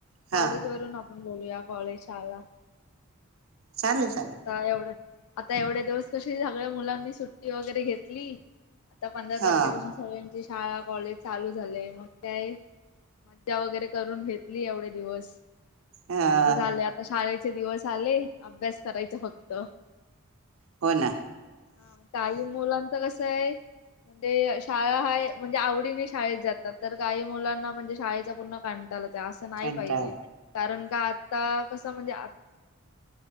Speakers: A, on the right (about 70°); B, on the left (about 85°).
A: हा
B: कॉलेज वरून आपण बोलूया, कॉलेज शाला.
A: चालेल चालेल
B: आता एवढं आता एवढ्या दिवस कशी सगळ्या मुलांनी सुट्टी वगैरे घेतली आता पंधरा
A: हा
B: तारखेपासून सगळ्यांची शाळा कॉलेज चालू झालेय मग काय मज्जा वगैरे करून घेतली एवढे दिवस.
A: हा
B: आता झाले आता शाळेचे दिवस आले. अभ्यास करायचा फक्त.
A: हो
B: हा,
A: ना
B: हा ताई मुलांच कसं हे म्हणजे शाळा हाय म्हणजे आवडीने शाळेत जातात. तर काही मुलांना म्हणजे शाळेचा पूर्ण कंटाळाच असं नाही
A: कंटाळा
B: पाहिजे कारण का आता कसं म्हणजे